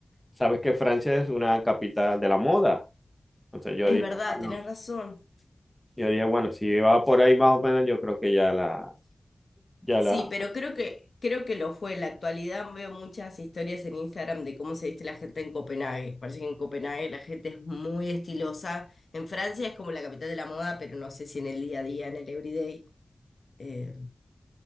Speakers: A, in the centre; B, on the left.
A: sabes que Francia es una capital de la moda. Entonces yo
B: Es
A: dije,
B: verdad,
A: bueno,
B: tenés razón.
A: yo dije, bueno, si va por ahí más o menos, yo creo que ya la, ya
B: Sí,
A: la,
B: pero creo que, creo que lo fue. En la actualidad veo muchas historias en Instagram de cómo se viste la gente en Copenhague. Parece que en Copenhague la gente es muy estilosa. En Francia es como la capital de la moda, pero no sé si en el día a día, en el everyday, eh,